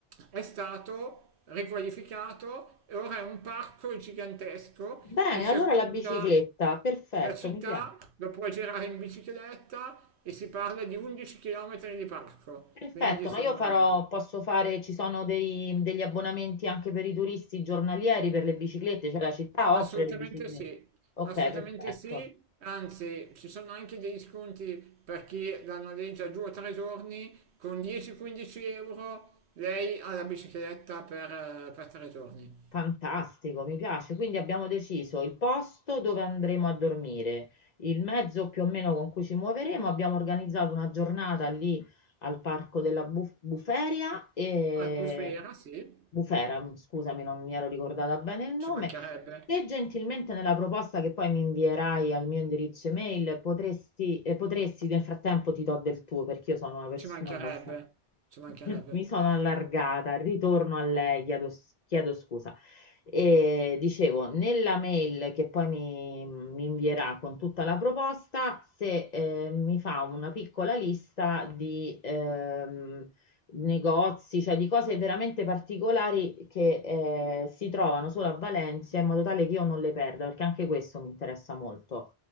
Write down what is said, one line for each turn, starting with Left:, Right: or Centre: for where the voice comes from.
Right: è stato riqualificato e ora è un parco gigantesco
Left: Bene,
Right: che circonda...
Left: allora la bicicletta, perfetto,
Right: La città
Left: mi piace.
Right: la puoi girare in bicicletta e si parla di 11 km di parco,
Left: Perfetto,
Right: quindi insomma
Left: ma io farò, posso fare, ci sono dei- degli abbonamenti anche per i turisti giornalieri per le biciclette, cioè la città
Right: assolutamente
Left: offre le biciclette.
Right: sì,
Left: Ok,
Right: assolutamente
Left: perfetto.
Right: sì, anzi ci sono anche degli sconti per chi la noleggia due o tre giorni, con 10-15 euro lei ha la bicicletta per, eh, per tre giorni.
Left: Fantastico, mi piace. Quindi abbiamo deciso il posto dove andremo a dormire, il mezzo più o meno con cui ci muoveremo. Abbiamo organizzato una giornata lì al parco della Buf- Buferia e
Right: Albufera sì,
Left: Bufera, scusami, non mi ero ricordata bene il nome.
Right: ci mancherebbe,
Left: Se gentilmente nella proposta che poi mi invierai al mio indirizzo email potresti, eh, potresti nel frattempo ti do del tuo perché io sono una persona
Right: ci mancherebbe,
Left: abbastanza
Right: ci mancherebbe.
Left: <laughs> Mi sono allargata, ritorno a lei, chiedo, chiedo scusa. E dicevo, nella mail che poi mi, mi invierà con tutta la proposta, se eh, mi fa una piccola lista di ehm, negozi, cioè di cose veramente particolari che eh, si trovano solo a Valencia, in modo tale che io non le perda, perché anche questo mi interessa molto.